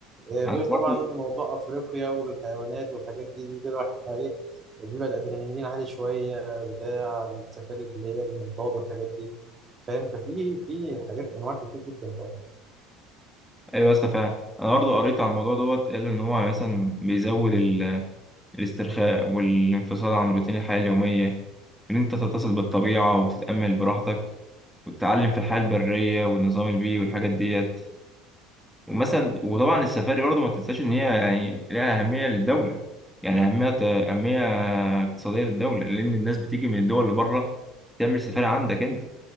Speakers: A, on the right; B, in the centre.
A: آه،
B: انا
A: غير طبعا
B: برضه <laughs>
A: موضوع افريقيا والحيوانات والحاجات دي دي, دي راح ايه بيبقى الادرينالين عالي شويه بتاع السفاري اللي هي المنطاد والحاجات دي فاهم ففي في حاجات انواع كتير جدا طبعا
B: ايوه يا اسطى فعلا انا برضه قريت عن الموضوع دوت قال ان هو مثلا بيزود ال- الاسترخاء والانفصال عن روتين الحياه اليوميه ان انت تتصل بالطبيعه وتتامل براحتك وتتعلم في الحياه البريه والنظام البيئي والحاجات ديت ومثلا وطبعا السفاري برضه ما تنساش ان هي يعني لها اهميه للدوله يعني اهميه اهميه اقتصاديه للدوله لان الناس بتيجي من الدول اللي بره تعمل سفاري عندك انت